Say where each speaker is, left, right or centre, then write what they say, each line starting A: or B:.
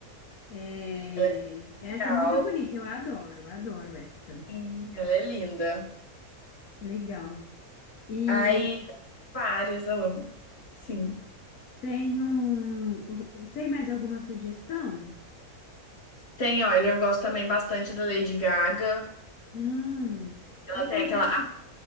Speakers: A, on the left (about 65°); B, on the left (about 45°).
A: É,
B: Ela é
A: essa
B: legal.
A: é muito bonita. Eu adoro, adoro essa.
B: Sim. Ela é linda.
A: Legal. E
B: Aí, tem várias, eu amo. Sim.
A: tenho. Tem mais alguma sugestão?
B: Tem, olha, eu gosto também bastante da Lady Gaga.
A: Hum,
B: Ela
A: eu
B: tem
A: confesso
B: aquela